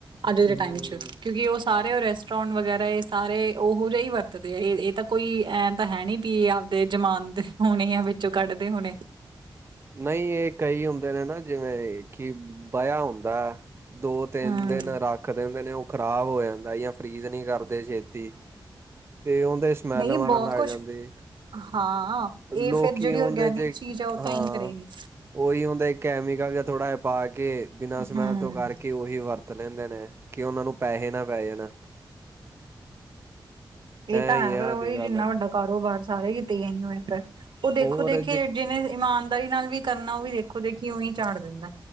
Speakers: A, on the right; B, on the right.
A: ਅੱਜ ਦੇ
B: ਹੂੰ
A: ਟਾਈਮ ਚ ਕਿਉਂਕਿ ਉਹ ਸਾਰੇ ਉਹ ਰੈਸਟੋਰਾਂਟ ਵਗੈਰਾ ਇਹ ਸਾਰੇ ਉਹੋ ਜਾ ਈ ਵਰਤਦੇ ਆ ਇਹ ਇਹ ਤਾਂ ਕੋਈ ਐ ਤਾਂ ਹੈ ਨੀ ਵੀ ਉਹ ਆਵਦੇ ਜਮਾਦੇ ਹੋਣੇ ਆ ਵਿੱਚੋਂ ਕੱਢਦੇ ਹੋਣੇ।
B: ਨਹੀਂ ਇਹ ਕਈ ਹੁੰਦੇ ਨੇ ਨਾ ਜਿਵੇਂ ਕਿ ਬਯਿਆ ਹੁੰਦਾ। ਦੋ-ਤਿੰਨ
A: ਹਮ
B: ਦਿਨ ਰਾ- ਰੱਖ ਦਿੰਦੇ ਨੇ ਉਹ ਖ਼ਰਾਬ ਹੋ ਜਾਂਦਾ ਜਾਂ ਫਰੀਜ਼ ਨੀ ਕਰਦੇ ਛੇਤੀ ਤੇ ਉਹਦੇ- ਸਮੈਲ
A: ਨਹੀਂ
B: ਮਾਰਨ
A: ਬਹੁਤ
B: ਲੱਗ
A: ਕੁਛ
B: ਜਾਂਦੀ,
A: ਹਾਂ ਇਹ
B: ਲੋਕ
A: ਫਿਰ ਜਿਹੜੀ
B: ਹੁੰਦੇ
A: ਔਰਗੈਨਿਕ
B: ਜੇ
A: ਚੀਜ਼ ਆ ਉਹ
B: ਹਾਂ,
A: ਤਾਂ ਹੀ ਕਰੇਗੀ
B: ਉਹੀ ਹੁੰਦਾ ਕੈਮੀਕਲ ਜਾਂ ਥੋੜ੍ਹਾ ਜਾ ਪਾ ਕੇ ਬਿਨਾਂ
A: ਹਮ
B: ਸਮੈਲ ਤੋਂ ਕਰਕੇ ਉਹੀ ਵਰਤ ਲੈਂਦੇ ਨੇ, ਕਿ ਉਹਨਾਂ ਨੂੰ ਪੈਹੇ ਨਾ ਪੈ ਜਾਣ।
A: ਇਹ
B: ਐ
A: ਤਾਂ
B: ਹੀ
A: ਹੈ
B: ਆ
A: ਫਿਰ ਉਹੀ
B: ਅੱਜ ਕੱਲ
A: ਜਿੰਨਾ ਵੱਡਾ ਕਾਰੋਬਾਰ ਸਾਰੇ ਕੀਤੇ ਗਏ ਨਹੀਂ ਹੋਇਆ ਪਿਆ, ਉਹ ਦੇਖੋ-ਦੇਖੀ
B: ਹੋਰ ਜ
A: ਜਿਹਨੇ ਇਮਾਨਦਾਰੀ ਨਾਲ ਵੀ ਕਰਨਾ ਉਹ ਵੀ ਦੇਖੋ-ਦੇਖੀ ਉਂ ਈ ਝਾੜ ਦਿੰਦਾ।